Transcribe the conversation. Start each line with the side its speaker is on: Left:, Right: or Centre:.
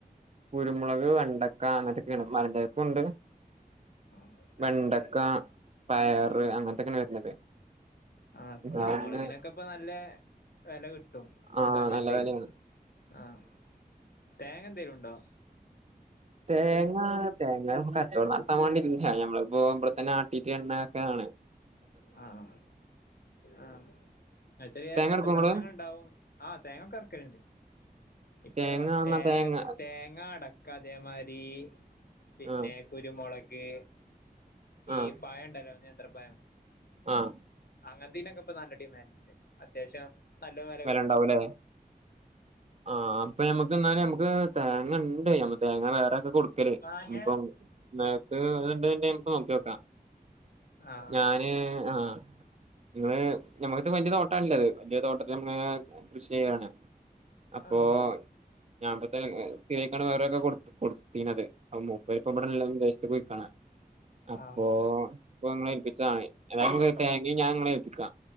Right: കുരുമുളക് വെണ്ടക്ക അങ്ങനത്തൊക്കേണ് <unintelligible>
Left: ആഹ്
Right: വെണ്ടക്ക
Left: രണ്ടുണ്ടല്ലേ
Right: പയറ് അങ്ങനത്തൊക്കേണ് വരുന്നത്.
Left: ആഹ് കുരുമൊളകിനൊക്കെ
Right: അവിടുന്ന്
Left: ഇപ്പൊ നല്ല വില കിട്ടും
Right: ആഹ്
Left: ഈ സമയത്ത്.
Right: നല്ല വിലയാണ്
Left: ആഹ് തേങ്ങന്തേലുണ്ടോ?
Right: തേങ്ങാ തേങ്ങപ്പോ കച്ചോടം നടത്താൻ വാണ്ടിട്ട് ഞമ്മളിപ്പോ ഇവിടെത്തന്നെ ആട്ടീട്ട് എണ്ണ ആക്കലാണ്.
Left: ആഹ് ആഹ്
Right: തേങ്ങ
Left: എത്ര
Right: എടുക്കോ ഇങ്ങള്
Left: സാധനങ്ങൾണ്ടാവും? ആഹ് തേങ്ങൊക്കറക്കല്ണ്ട് ഇപ്പൊഴോ
Right: തേങ്ങ എന്നാ
Left: തേങ്ങക്ക്
Right: തേങ്ങ
Left: തേങ്ങ അട കതേമാരി പിന്നെ
Right: ആഹ്
Left: കുരുമുളക്
Right: ആഹ്
Left: ഈ പഴണ്ടല്ലോ നേന്ത്രപഴം.
Right: ആഹ്
Left: അങ്ങൻത്തീനൊക്കെ ഇപ്പൊ നല്ല ഡിമാൻഡ് ഇണ്ട്. അത്യാവശ്യം നല്ല വില
Right: വിലണ്ടാവൂല്ലെ?
Left: കിട്ടും
Right: ആഹ് അപ്പൊ നമ്മുക്ക് ന്നാലു നമുക്ക് തേങ്ങ ഉണ്ട് നമ്മ തേങ്ങ വേറാക്ക് കൊടു ക്കല്
Left: മാങ്ങ
Right: ഇഞ്ഞ്പ്പം നേ അ് അണ്ട്ണ്ടെങ്കി നമ്മക്ക് നോക്യോക്ക
Left: ആഹ്
Right: ഞാന് ആഹ് ഇങ്ങൾ ഞമ്മക്കത്ത് വല്ല്യ തോട്ടാല്ലെത് വല്ല്യ തോട്ടത്തിമ്മൾങ്ങനെ കൃഷി ചെയ്യാണ് അപ്പോ
Left: ആഹ്
Right: ഞാൻ പത്തെ സ്ഥിരയ്ക്കാണ്ട് വേറൊരാക്ക കൊടുത്ത് കൊടുത്തീനത് അപ മൂപരിപ്പടല്ല വിദേശത്ത് പോയിക്കാണ്. അപ്പൊ
Left: ആഹ്
Right: ഇപ്പൊങ്ങളെ ഏൽപ്പിച്ചാആതി ഏതാലും തേങ്ങിം ഞാൻ ഇങ്ങളെ ഏൽപ്പിക്കാ.